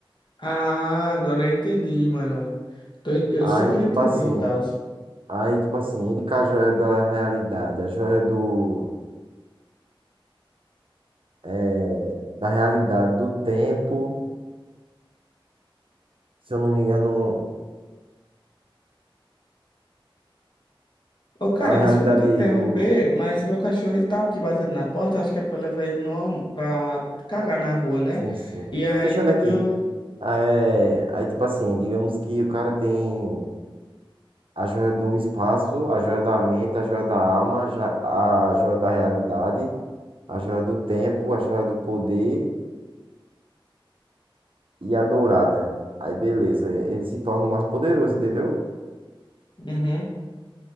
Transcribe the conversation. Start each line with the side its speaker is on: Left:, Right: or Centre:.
Left: Ah, agora eu entendi, mano. Tô en- eu
Right: Aí,
Left: super
Right: tipo
Left: entendi
Right: assim,
Left: e tal.
Right: aí, tipo assim, ele com a joia da realidade, a joia do, eh, da realidade do tempo, se eu não me engano,
Left: Ô, cara,
Right: a realidade
Left: desculpa te interromper,
Right: do,
Left: mas meu cachorro ele tá aqui batendo na porta. Acho que é pra levar ele no, alm- pra cagar na rua, né?
Right: sim, sim,
Left: E aí
Right: fechando
Left: quando
Right: aqui.
Left: eu.
Right: Eh, aí, tipo assim, digamos que o cara tem A joia do espaço, a joia da mente, a joia da alma, já- a joia da realidade, a joia do tempo, a joia do poder e a dourada. Aí beleza, ele se torna o mais poderoso, entendeu?
Left: Uhum.